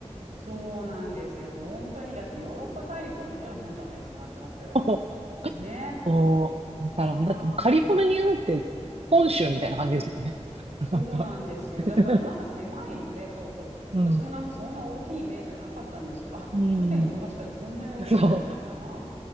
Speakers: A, on the right; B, on the right.
A: そうなんですよ。本当に。だってヨーロッパ大陸と同じようなもんじゃないですか、なんとなく。
B: <laughs>
A: ね。
B: そう、
A: ああ、
B: だから、だってカリフォルニアなんて本州みたいな感じですもんね。
A: そうなんですよ。
B: なんか、<laughs>
A: だからなんか狭いので、そうそう。
B: うん。
A: 私もなんかそんな大きいイメージがなかったんですけど、あ、
B: うん。
A: 縦に伸ばしたらこんなに大きいんだみたいな。
B: そう。